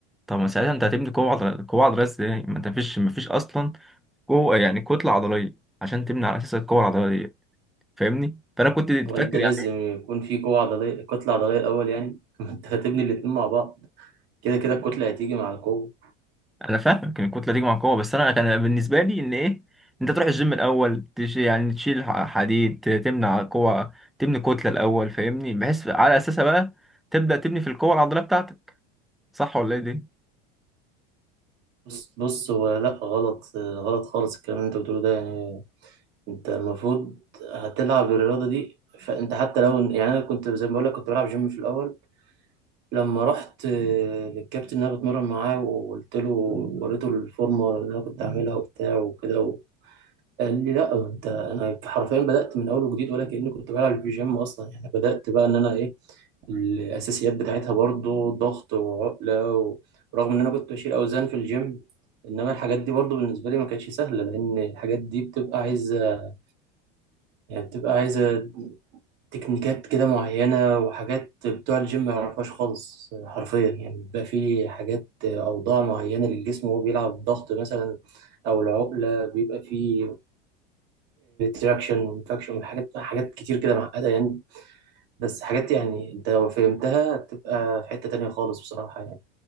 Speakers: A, in the centre; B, on the right (about 55°).
A: طب ما ساعتها أنت هتبني قوة عضلية قوة عضلية إزاي؟ ما أنت مفيش مفيش أصلا قوة يعني كتلة عضلية عشان تبني على أساس القوة العضلية فاهمني فانا كنت
B: هو
A: فاكر
B: انت لازم
A: يعني
B: يكون في قوة عضلية كتلة عضلية الأول يعني <laughs> انت هتبني الاتنين مع بعض كده كده الكتلة هتيجي مع القوة
A: انا فاهمك ان الكتله تيجي مع القوه بس انا كان بالنسبه لي ان ايه انت تروح الجيم الاول تش يعني تشيل ح- حديد ت- تمنع قوه تبني كتله الاول فاهمني بحيث على اساسها بقى تبدا تبني في القوه العضليه بتاعتك صح ولا ايه دي
B: بص بص هو لا غلط آه، غلط خالص الكلام اللي انت بتقوله ده يعني انت المفروض هتلعب الرياضة دي فانت حتى لو يعني انا كنت زي ما بقول لك كنت بلعب جيم في الاول لما رحت آه، للكابتن اللي انا بتمرن معاه وقلت له وريته الفورمه اللي انا كنت عاملها وبتاع وكده قال لي لا انت انا حرفيا بدات من اول وجديد ولا كاني كنت بلعب بيجيم اصلا يعني بدات بقى ان انا ايه الاساسيات بتاعتها برضو ضغط وعقله و- ورغم ان انا كنت بشيل اوزان في الجيم انما الحاجات دي برضو بالنسبه لي ما كانتش سهله لان الحاجات دي بتبقى عايزه يعني بتبقى عايزه تكنيكات كده معينه وحاجات بتوع الجيم ما يعرفهاش خالص حرفيا يعني بيبقى في حاجات اوضاع معينه للجسم وهو بيلعب ضغط مثلا او العقله بيبقى في ديراكشن وانفكشن وحاجات حاجات كتير كده معقدة يعني بس حاجات يعني انت لو فهمتها تبقى في حتة تانية خالص بصراحة يعني